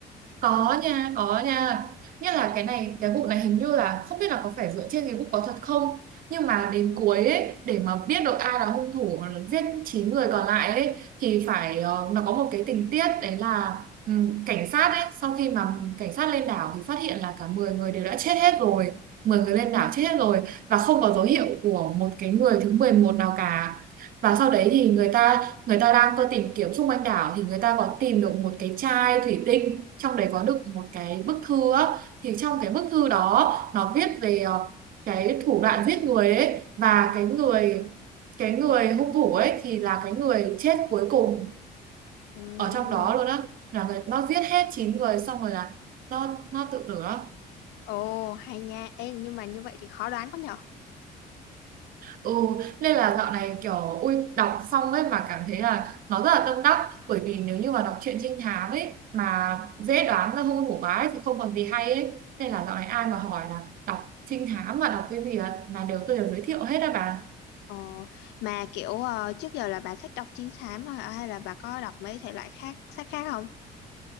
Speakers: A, on the right (about 55°); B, on the left (about 80°).
A: Có nha, có nha. Nhất là cái này, cái vụ này hình như là không biết là có phải dựa trên cái vụ có thật không. Nhưng mà đến cuối ấy, để mà biết được ai là hung thủ giết 9 người còn lại ấy, thì phải ờ, nó có một cái tình tiết đấy là ừm, cảnh sát ấy, sau khi mà cảnh sát lên đảo thì phát hiện là cả 10 người đều đã chết hết rồi. mười người lên đảo chết hết rồi và không có dấu hiệu của một cái người thứ 11 nào cả. Và sau đấy thì người ta người ta đang tôi tìm kiếm xung quanh đảo thì người ta có tìm được một cái chai thủy tinh trong đấy có đựng một cái bức thư á thì trong cái bức thư đó nó viết về ờ, cái thủ đoạn giết người ấy và cái người cái người hung thủ ấy thì là cái người chết cuối cùng
B: Ừm,
A: ở trong đó luôn á là người nó giết hết 9 người xong rồi là nó nó tự tử á
B: Ồ hay nha Ê, nhưng mà như vậy thì khó đoán quá nhở
A: Ừ, nên là dạo này kiểu ui đọc xong ấy mà cảm thấy là nó rất là tâm đắc bởi vì nếu như mà đọc truyện trinh thám ấy mà dễ đoán ra hung thủ bá ấy, thì không còn gì hay ấy nên là dạo này ai mà hỏi là đọc trinh thám mà đọc cái gì á, là đều tôi đều giới thiệu hết á bà
B: Ờ, mà kiểu ờ, trước giờ là bà thích đọc trinh thám hả? hay là bà có đọc mấy thể loại khác sách khác không?